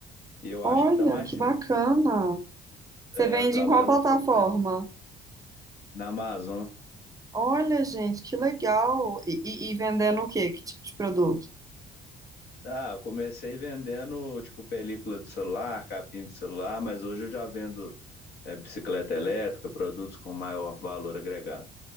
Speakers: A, on the left; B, on the right.
A: E eu
B: Olha,
A: acho que dá mais
B: que
A: certo.
B: bacana. Você
A: É,
B: vende
A: Eu trabalho
B: em qual plataforma?
A: nesse segmento, na Amazon.
B: Olha, gente, que legal. E, e- e vendendo o quê? Que tipo de produto?
A: Ah, eu comecei vendendo, tipo, película de celular, capinha de celular, mas hoje eu já vendo, é, bicicleta elétrica, produtos com maior valor agregado.